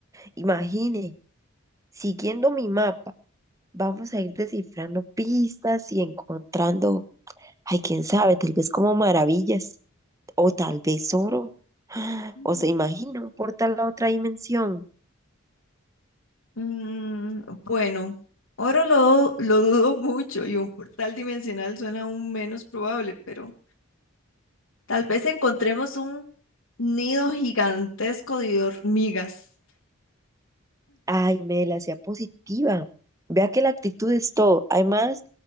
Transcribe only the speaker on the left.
Mm.
Mm, bueno, oro lo, lo dudo mucho y un portal dimensional suena aún menos probable, pero tal vez encontremos un nido gigantesco de hormigas.